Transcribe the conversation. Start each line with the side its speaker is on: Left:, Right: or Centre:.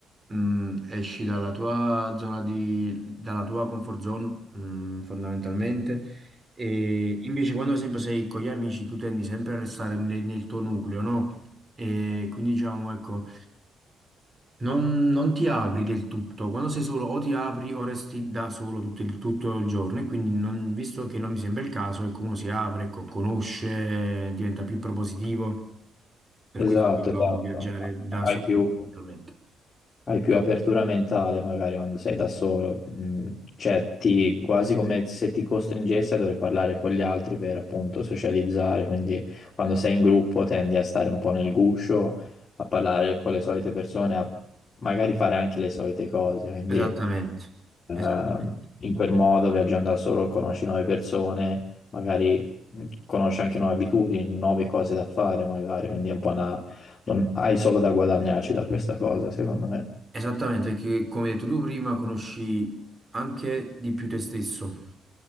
Right: mm, esci dalla tua zona di, dalla tua comfort zone, mm, fondamentalmente, e invece quando sempre sei con gli amici tu tendi sempre a restare nel, nel tuo nucleo, no? E quindi diciamo, ecco, non, non ti apri del tutto, quando sei solo o ti apri o resti da solo tutto il, tutto il giorno e quindi non- visto che non mi sembra il caso, ecco, uno si apre, ecco, conosce, diventa più propositivo, per
Left: Esatto,
Right: questo dovevamo
Left: esatto.
Right: viaggiare da
Left: Hai
Right: solo
Left: più,
Right: fondamentalmente.
Left: hai più apertura mentale magari quando sei da solo, Mm, cioè ti, quasi come se ti costringessi a dover parlare con gli altri per appunto socializzare, quindi quando sei in gruppo tendi a stare un po' nel guscio, a parlare con le solite persone, a magari fare anche le solite cose, quindi
Right: Esattamente,
Left: Ehm,
Right: esattamente,
Left: in quel modo, viaggiando da solo, conosci nuove persone, magari mh, conosci anche nuove abitudini, nuove cose da fare, magari, quindi è un po' una... non- hai solo da guadagnarci da questa cosa, secondo me.
Right: esattamente, perché come hai detto tu prima conosci anche di più te stesso,